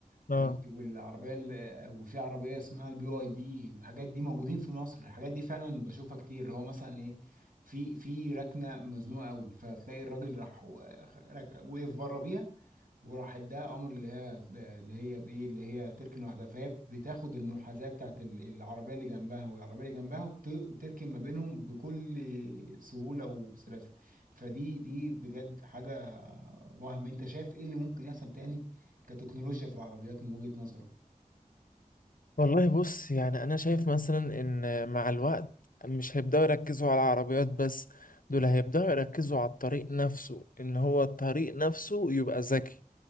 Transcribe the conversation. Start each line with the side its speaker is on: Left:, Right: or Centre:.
Right: والت-
Left: اه
Right: والعربية ال... وفي عربية اسمها البي واي دي الحاجات دي موجودين في مصر الحاجات دي فعلا بشوفها كتير اللي هو مثلا ايه في في ركنة مزنوقة قوي فتلاقي الراجل راح و... رك... وقف بره بيها وراح اداها امر اللي هي اللي هي بايه اللي هي تركن لوحدها فهي بتاخد المحاذاه بتاعت ال- العربيه اللي جنبها والعربيه اللي جنبها وبت- وبتركن ما بينهم بكل سهوله وسلاسه فدي دي بجد حاجه وهم انت شايف ايه اللي ممكن يحصل تاني كتكنولوجيا في العربيات من وجهه نظرك
Left: والله بص يعني أنا شايف مثلا إن مع الوقت مش هيبدأوا يركزوا على العربيات بس دول هيبدأوا يركزوا على الطريق نفسه إن هو الطريق نفسه يبقى ذكي